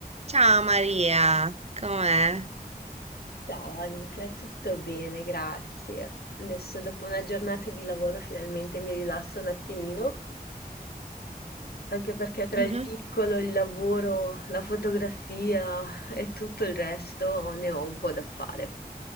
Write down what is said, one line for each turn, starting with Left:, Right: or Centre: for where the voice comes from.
Right: Ciao Maria, com'è?
Left: Ciao Nicla, tutto bene, grazie. Adesso dopo una giornata di lavoro finalmente mi rilasso un attimino, anche perché tra
Right: Mhm.
Left: il piccolo, il lavoro, la fotografia e tutto il resto ne ho un po' da fare.